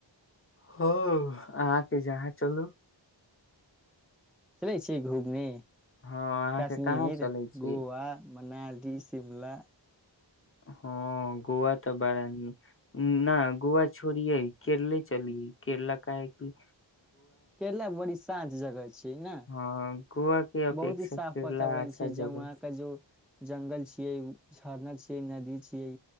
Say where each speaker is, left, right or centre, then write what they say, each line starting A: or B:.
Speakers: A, on the left; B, in the centre.
A: हँ आ त जहाँ चलू
B: चलै छिय घूमने
A: हँ अहाँके
B: कश्मीर
A: कहाँ चलै छी
B: गोआ मनाली की सिमला
A: हँ गोआ तऽ बारा निक ना गोव छोड़िये केरले चलिय केरला कहे की
B: केरला बड़ी शांत जगह छै न
A: हँ गोवा के अपेक्षा
B: बहुत ही साफ
A: केरला
B: वातावरण
A: अच्छा
B: छै
A: जगह
B: जौं वहां के जो जंगल छियै झरना छियै नदी छियै